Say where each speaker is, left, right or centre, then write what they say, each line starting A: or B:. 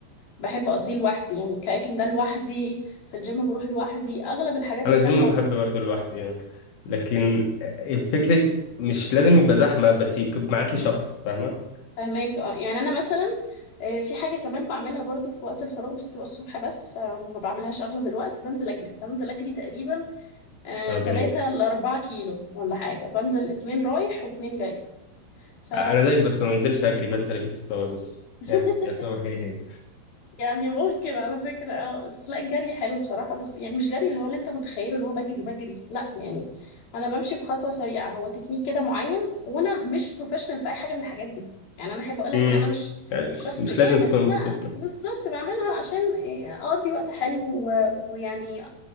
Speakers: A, on the left; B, on the left.
A: بحب اقضيه لوحدي يعني الكاياكينج ده لوحدي في الجيم بروح لوحدي اغلب الحاجات
B: انا
A: اللي
B: الجيم
A: فعلا بعملها
B: بحب برضه لوحدي يعني لكن الفكرة مش لازم يبقى زحمة بس يكون معاكي شخص فاهمة
A: فهماك اه يعني انا مثلا آه، في حاجه كمان بعملها برضو في وقت الفراغ بس تبقى الصبح بس فما بعملهاش اغلب الوقت بنزل اجري بنزل اجري تقريبا آه،
B: اه
A: 3
B: جامد
A: ل 4 كيلو ولا حاجه بنزل اتنين رايح واتنين جاي ف
B: انا زيك بس ما بنزلش اجري بنزل اجيب فطار بس
A: <laughs>
B: يعني يعتبر هي هي
A: يعني ممكن على فكرة اه بس لا الجري حلو بصراحة بس يعني مش جري اللي هو اللي انت متخيله اللي هو بجري بجري لا يعني انا بمشي بخطوة سريعة هو تكنيك كده معين وانا مش بروفيشنال في اي حاجة من الحاجات دي يعني انا احب اقولك
B: امم
A: ان انا مش
B: يعني
A: مش شخص
B: مش
A: جامد
B: لازم تكون
A: لا
B: بروفيشنال
A: بالظبط بعملها عشان إيه، اقضي وقت حلو و- ويعني